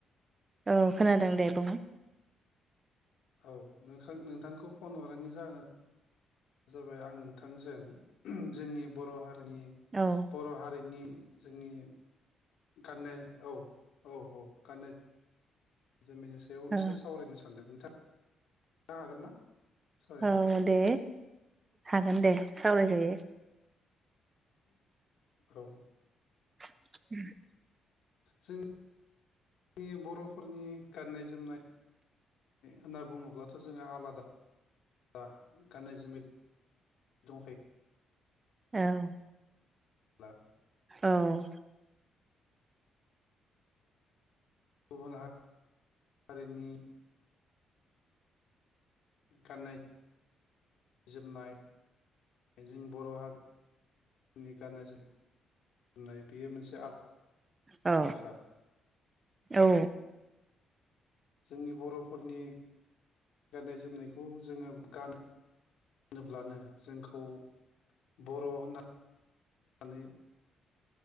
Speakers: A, on the right; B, on the left.
A: -औ खोनादों दे बुं।
B: औ नों नोंथांखौ फन हरनायनि जाहोना। जाबाय आं नोंथांजों जोंनि बर' हारिनि
A: औ
B: बर' हारिनिनो जोंनि गाननाय औ औ औ गाननाय जों बेनि सायाव
A: औ
B: एसे सावरायनो सानदों नोंथांनो हागोन ना सावरायनो
A: औ दे हागोन दे सावरायजायो।
B: औ।
A: <inaudible>
B: जोंनि बर'फोरनि गाननाय-जोमनाय होनना बुङोब्लाथ' जोंङो आलादा आ गाननाय-जोमनाय <unintelligible>
A: औ।
B: <unintelligible>
A: औ।
B: गुबुन हारि हारिनि गाननाय गाननाय जोमनाय जों बर' हारिनि गाननाय जोमनाय नाय बेयो मोनसे आलादाखा
A: औ - औ
B: जोंनि बर'फोरनि गाननाय जोमनायखौ जोंङो गानो होनोब्लानो जोंखौ बर' होन <unintelligible> नानै